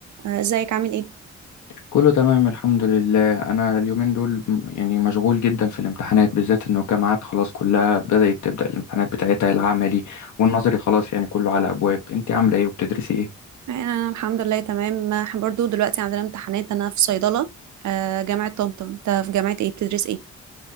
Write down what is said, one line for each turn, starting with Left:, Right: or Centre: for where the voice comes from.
Right: آه، ازيك عامل ايه؟
Left: كله تمام الحمد لله انا اليومين دول م- يعني مشغول جدا في الامتحانات بالذات انه الجامعات خلاص كلها بدأت تبدأ الامتحانات بتاعتها العملي والنظري خلاص يعني كله على ابواب انت عامله ايه وبتدرسي ايه
Right: انا الحمد لله تمام آه، برضو دلوقتي عندنا امتحانات انا في صيدلة آه، جامعة طنطا انت في جامعة ايه بتدرس ايه؟